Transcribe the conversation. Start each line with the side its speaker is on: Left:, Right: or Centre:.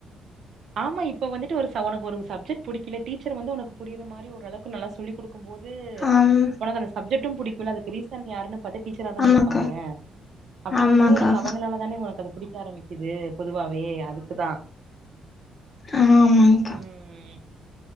Right: ஆமா இப்ப வந்துட்டு ஒரு ச ஒனக்கு ஒரு சப்ஜெக்ட் புடிக்கல டீச்சர் வந்து ஒனக்கு புரியுரமாரி அப்டி ஓரளவுக்கு நல்லா சொல்லிக் குடுக்கும் போது
Left: ஆம்
Right: ஒனக்கு அந்த சப்ஜெக்ட்டு புடிக்குல அதுக்கு ரீசன் யாருன்னு பாத்தா டீச்சரா தானே
Left: ஆமாக்கா
Right: இருப்பாங்க அப்டிங்கமோது
Left: ஆமாக்கா
Right: ஒனக்கு அவங்களால தானே ஒனக்கு அது புடிக்க ஆரம்மிக்குது பொதுவாவே அதுக்குதா
Left: ஆமாங்க்கா
Right: ம்